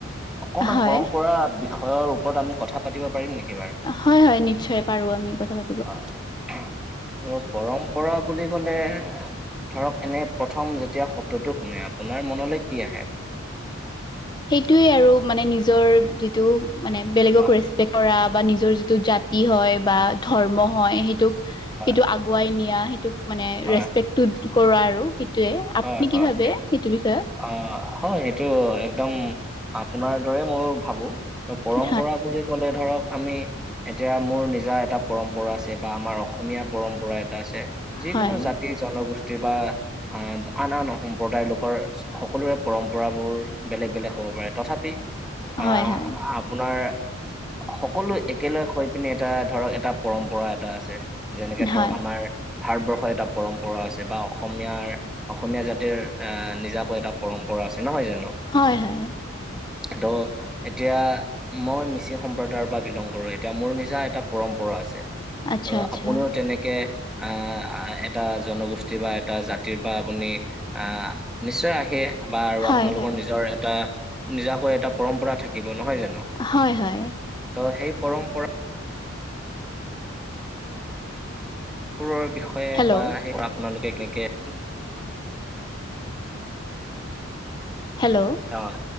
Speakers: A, in the centre; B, on the left.
A: অকণমান
B: হয়
A: পৰম্পৰা বিষয়ৰ ওপৰত আমি কথা পাতিব পাৰিম নেকি বাৰু?
B: হয় হয়, নিশ্চয় পাৰো আমি কথা পা
A: অ আৰু পৰম্পৰা বুলি ক'লে ধৰক, এনে প্ৰথম যেতিয়া শব্দটো শুনে, আপোনাৰ মনলৈ কি আহে?
B: সেইটোৱেই আৰু মানে নিজৰ যিটো মানে বেলেগক
A: হয়
B: ৰেচপেক্ট কৰা বা নিজৰ যিটো জাতি হয় বা ধৰ্ম হয় সেইটোক
A: হয়
B: সেইটো আগুৱাই নিয়া সেইটোক মানে
A: হয়
B: ৰেচপেক্টো
A: হয়
B: কৰো আৰু সেইটোৱে আপুনি
A: হয় হয়
B: কি ভাবে সেইটো বিষয়ে
A: অ হয় সেইটো একদম আপোনাৰ দৰে মই ভাবো পৰম্পৰা
B: হয়,
A: বুলি ক'লে ধৰক আমি এতিয়া মোৰ নিজা এটা পৰম্পৰা আছে বা আমাৰ অসমীয়া পৰম্পৰা এটা আছে। যিকোনো
B: হয়,
A: জাতি, জনগোষ্ঠীৰ বা অহ, আন আন সম্প্ৰদায়ৰ লোকৰ সকলোৰে পৰম্পৰাবোৰ বেলেগ বেলেগ হ'ব পাৰে, তথাপি আ
B: হয়, হয়,
A: আপোনাৰ সকলো একেলগ হৈ পিনি এটা ধৰক এটা পৰম্পৰা এটা আছে, যেনেকে ধৰক
B: হয়,
A: আমাৰ ভাৰতবৰ্ষৰ এটা পৰম্পৰা আছে বা অসমীয়াৰ অসমীয়া জাতিৰ আ নিজাকৈ এটা পৰম্পৰা আছে নহয় জানো?
B: হয়, হয়,
A: ত' এতিয়া মই মিচিং সম্প্ৰদায়ৰ পৰা বিলং কৰো, এতিয়া মোৰ নিজা এটা পৰম্পৰা আছে।
B: আচ্ছা,
A: ত'
B: আচ্ছা,
A: আপুনিও তেনেকে আহ এটা জনগোষ্ঠী বা এটা জা তিৰ পৰা আপুনি আহ নিশ্চয় আহে বা আৰু
B: হয়,
A: আপোনালোকৰ
B: হয়,
A: নিজৰ এটা নিজাকৈ এটা পৰম্পৰা থাকিব। নহয় জানো?
B: হয় হয়।
A: ত' সেই পৰম্পৰা বোৰৰ বিষয়ে
B: হেল্ল',
A: বা সেইবোৰ আপোনালোকে কেনেকে
B: হেল্ল
A: অঁ,